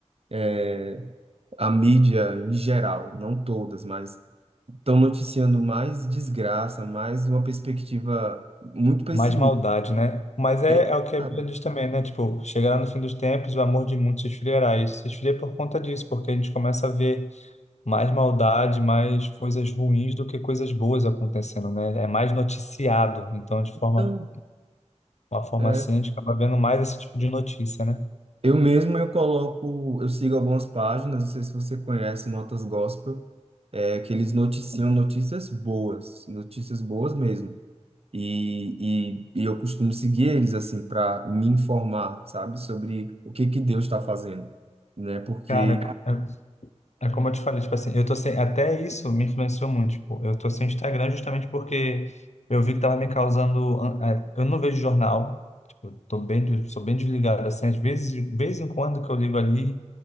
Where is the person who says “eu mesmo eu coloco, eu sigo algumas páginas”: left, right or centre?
Right